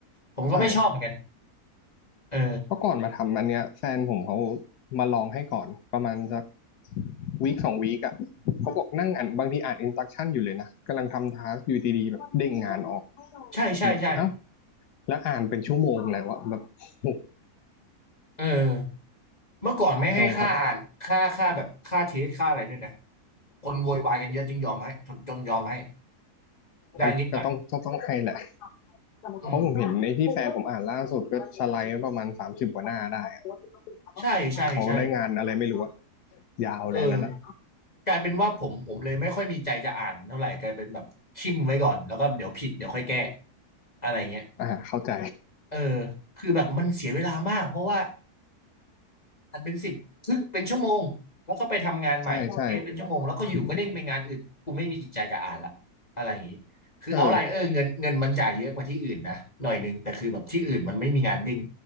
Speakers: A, on the left; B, on the left.
A: ผมก็ไม่ชอบเหมือนกัน
B: ใช่
A: เออ
B: เพราะก่อนมาทำอันเนี้ยแฟนผมเขามาลองให้ก่อนประมาณสักวีคสองวีคอ่ะเขาบอกนั่งอ่านบางทีอ่านอินสต u ั t ชั่นอยู่เลยนะกำลังทำทาสอยู่ดีๆแบบเด้งงานออก
A: ใช่ใช่ใช่
B: แบบเอ้าแล้วอ่านเป็นชั่วโมงแล้วอะแบบอโห
A: เออเมื่อก่อนไม่ให้ค่าอ่านค่าค่าแบบค่าเทสค่าอะไรด้วยนะ
B: ตรงเขาได้
A: คนโวยวายกันเยอะจึงยอมให้จนจนยอมให้ได้นิดหน่อย
B: อ่ะก็ต้องต้องต้องให้แหละสมติเพเขาราะพูผดมเห็นานในที่โพแฟสนต์ว่าผมอ่านล่าสุดก็สไลด์ไว้ประมาณสามสิบกว่าหน้าได้อะ
A: อืม
B: แล้วเขาโพสได้ต์งานอะไรไม่รู้อะ
A: ใช่ใช่ใช่
B: ยาวเลยอันนั้นอะ
A: เออกลายเป็นว่าผมผมเลยไม่ค่อยมีใจจะอ่านเท่าไหร่กลายเป็นแบบทิมไว้ก่อนแล้วก็เดี๋ยวผิดเดี๋ยวค่อยแก้อะไรเงี้ย
B: อ่าเข้าใจ
A: เออคือแบบมันเสียเวลามากเพราะว่า อันเป็นสิบครึ่งเป็นชั่วโมงแล้วก็ไปทำงานใหม่เทสเป็นชั่วโมงแล้วก็อยู่ก็เด้งไปงานอื่นกูไม่มีจิตใจจะอ่านละอะไรอย่างนี้คือเอาไรเออเงินเงินมันจ่ายเยอะกว่าที่อื่นนะหน่อยนึงแต่คือแบบที่อื่นมันไม่มีงานเด้ง
B: ใช่แลใช่ใช่าเออ